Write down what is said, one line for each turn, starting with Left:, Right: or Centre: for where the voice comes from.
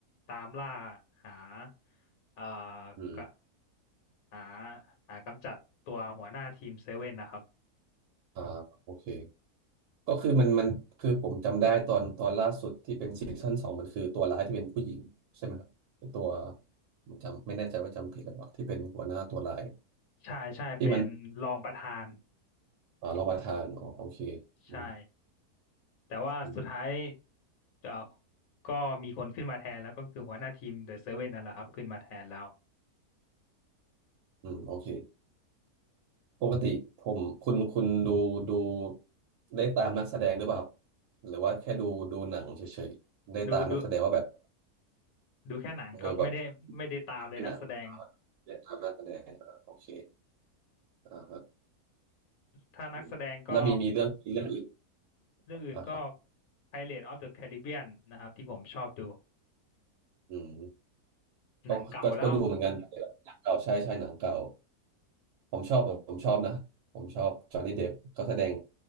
Left: ตามล่าหาเอ่อ
Right: อืม
Left: กะหาหากำจัดตัวหัวหน้าทีมเซเว่นนะครับ
Right: อ่าโอเคก็คือมันมันคือผมจำได้ตอนตอนล่าสุดที่เป็นซีซั่นสองมันคือตัวร้ายที่เป็นผู้หญิงใช่ไหมครับเป็นตัวผมจำไม่แน่ใจว่าจำผิดหรือเปล่าที่เป็นหัวหน้าตัวร้าย
Left: ใช่ใช่เป็นรองประธาน
Right: ที่มันอ่าเรามาทานอ๋อโอเค
Left: ใช่
Right: อืม
Left: แต่ว่าสุดท้าย
Right: อืม
Left: เอ่อก็มีคนขึ้นมาแทนแล้วก็คือหัวหน้าทีมเดอะเซเว่นนั่นแหละครับขึ้นมาแทนแล้ว
Right: อืมโอเคปกติผมคุณคุณดูดูได้ตามนักแสดงหรือเปล่าครับหรือว่าแค่ดูดูหนังเฉยๆได้ตามนักแสดงว่าแบบ
Left: ดูดูดูแค่หนังครับไม่ได้ไม่ได้ตามเลยนักแสดง
Right: เออแบบเป็นหนังเนียกตมนักแสดงอ่าโอเคอ่าฮะ
Left: ถ้านักแสดงก็
Right: อืมแล้วมีมีเรื่องมีเรื่องอื่น
Left: เรื่องอื่นก็
Right: อ่าครับ
Left: Pirates of the Caribbean นะครับที่ผมชอบดู
Right: อืมก็ก็ก็ดูเหมือนกัน
Left: หนังเก่าแล้ว
Right: หนังเก่าใช่ใช่หนังเก่าผมชอบผมชอบนะผมชอบจอห์นนี่เดปเขาแสดง